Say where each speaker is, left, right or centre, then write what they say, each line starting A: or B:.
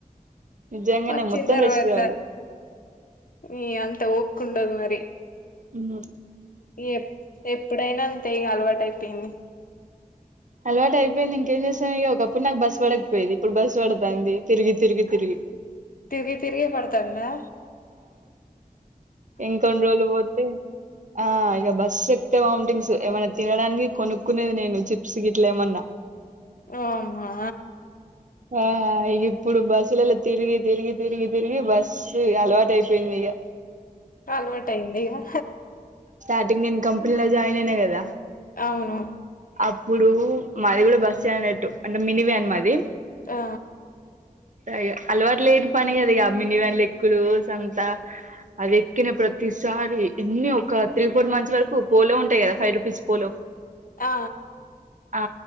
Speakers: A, on the right (about 55°); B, on the left (about 70°).
A: నిజంగానే
B: వచ్చిన్
A: మొత్తం
B: తర్వాత
A: రెస్ట్ కావాలి
B: మీ అంత ఓ కుండదు మరి
A: హూ
B: ఎప్ ఎప్పుడైనా అంతే ఇగ అలవాటు అయిపోయింది
A: అలవాటు అయిపోయింది ఇంకేం చేస్తాం ఇగ ఒకప్పుడు నాకు బస్ పడకపోయేది ఇప్పుడు బస్సు పడతాంది తిరిగి తిరిగి తిరిగి
B: తిరి తిరిగి పడతాందా
A: ఇంకొన్ రోల్ బోతే ఆ ఇగ బస్ ఎక్ తే వామిటింగ్స్ ఏమైన్నా తినడానికి కొనుక్కునేది నేను చిప్స్ గిట్లే ఏమన్నా
B: నో అమ్మా
A: ఆ ఇప్పుడు బస్సులలో తిరిగి తిరిగి తిరిగి తిరిగి బస్సు అలవాటు అయిపోయింది ఇగా
B: అలవటయిందిగా
A: స్టార్టింగ్ నేను కంపెనీలో జాయిన్ అయినా కదా
B: అవును
A: అప్పుడు మాది కూడా బస్ అనట్టు అంటే మినివే అని మాది
B: ఆ
A: స అలవాటు లేని పని కద ఇ మనివన్ ఎకుడు సంత అది ఎక్కిన ప్రతిసారి ఎన్ని ఒక త్రీ ఫోర్ మంత్స్ వరకు పోలో ఉంటాయి కదా ఫైవ్ రూపీస్ పోలో
B: ఆ
A: ఆ